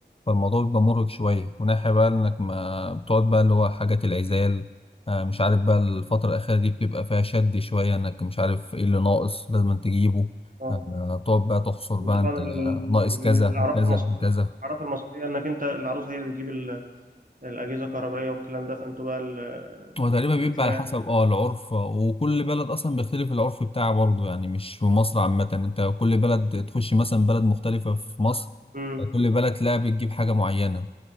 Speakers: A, on the left (about 30°); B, on the right (about 50°).
A: فالموضوع بيبقى مرهق شوية وناحية بقى إنك ما بتقعد بقى اللي هو حاجة العزال آه، مش عارف بقى الفترة الأخيرة دي بتبقى فيها شد شوية إنك مش عارف إيه اللي ناقص لازم تجيبه
B: آه.
A: آه، بتقعد بقى تحصر
B: وطبعا
A: بقى أنت
B: ال-
A: آه، ناقص
B: الاعراف
A: كذا وكذا
B: المصريه
A: وكذا
B: الاعراف المصريه انك انت العروسه هي اللي بتجيب ال- الاجهزه الكهربائيه والكلام ده فانتوا بقى ال...
A: هو تقريبا بيبقى
B: تلاقي-
A: على حسب اه العرف آه، وكل بلد أصلا بيختلف العرف بتاعه برضه يعني مش في مصر عامة أنت كل بلد تخش مثلا بلد مختلفة في مصر
B: مم.
A: كل بلد تلاقي بتجيب حاجة معينة